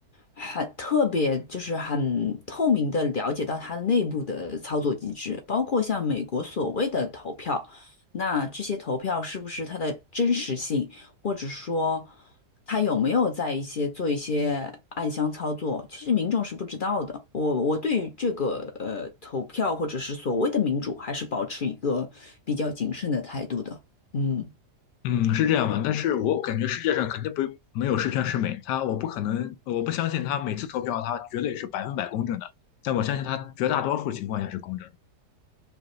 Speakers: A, on the left; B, on the left.
A: 很特别，就是很透明的了解到它的内部的操作机制，包括像美国所谓的投票，那这些投票是不是它的真实性？或者说他有没有在一些做一些暗箱操作，其实民众是不知道的。我我对于这个呃投票或者是所谓的民主，还是保持一个比较谨慎的态度的。嗯
B: 嗯，是这样的，但是我感觉世界上肯定不没有十全十美，他我不可能，我不相信他每次投票他绝对是百分百公正的，但我相信他绝大多数情况下是公正的。